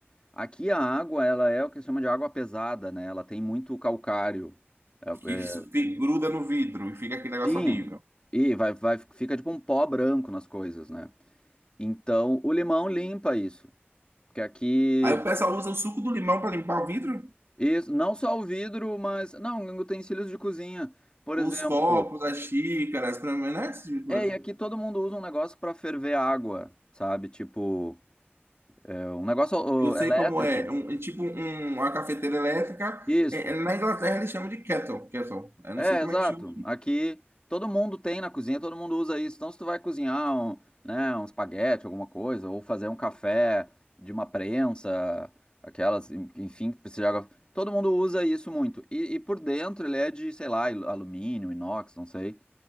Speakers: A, on the left; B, on the right.
A: aqui a água, ela é o que se chama de água pesada, né? Ela tem muito calcário. É-
B: Que
A: é-
B: isso que gruda no vidro e fica aquele negócio
A: Sim.
B: horrível.
A: E vai, vai, fica tipo um pó branco nas coisas, né? Então, o limão limpa isso. Porque aqui,
B: Aí o pessoal usa o suco do limão para limpar o vidro?
A: isso, não só o vidro, mas não, utensílios de cozinha. Por
B: Os
A: exemplo,
B: copos, as xícaras, pra mim, não é esse tipo de coisa.
A: é, e aqui todo mundo usa um negócio para ferver água, sabe? Tipo, é um negócio ó,
B: Eu sei
A: elétrico.
B: como é. É um- é tipo um- uma cafeteira elétrica.
A: Isso.
B: É- é- na Inglaterra eles chamam de kettle, kettle. Eu
A: É,
B: não sei como
A: exato.
B: é que chama.
A: Aqui todo mundo tem na cozinha, todo mundo usa isso. Então, se tu vai cozinhar um, né, um espaguete, alguma coisa, ou fazer um café de uma prensa, aquelas, en- enfim, que precisa de água. Todo mundo usa isso muito. E, e por dentro ele é de, sei lá, il- alumínio, inox, não sei.